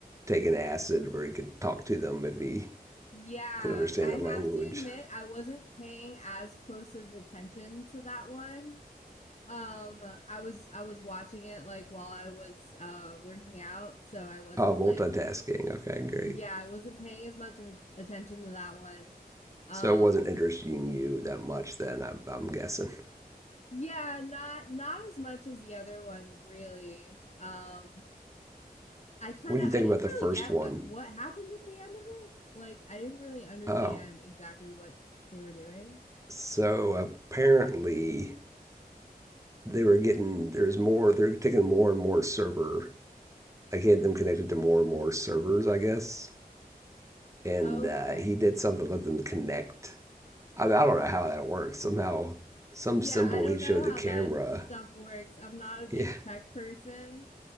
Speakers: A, on the right (about 20°); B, on the left (about 45°).
A: taking acid where he could talk to them if he
B: Yeah,
A: could understand
B: I
A: the language.
B: have to admit I wasn't paying as close of attention to that one. Um, I was I was watching it like while I was uh working out, so I wasn't
A: Oh, multitasking.
B: like
A: Okay, great.
B: yeah, I wasn't paying as much of a- attention to that one. Um,
A: So it wasn't interesting you that much then, I, I'm guessing.
B: yeah, not not as much as the other ones really. Um, I kind
A: What do
B: of
A: you think
B: I didn't
A: about the
B: really
A: first
B: get
A: one?
B: what what happened at the end of it. Like I didn't really understand
A: Oh,
B: exactly what they were doing.
A: so apparently they were getting, there's more, they're taking more and more server, like he had them connected to more and more servers, I guess. And
B: Okay.
A: uh, he did something to let them connect. I, I don't know how that works. Somehow, some
B: Yeah,
A: symbol
B: I don't
A: he showed
B: know
A: the
B: how
A: camera.
B: that stuff works. I'm not a big
A: Yeah,
B: tech person,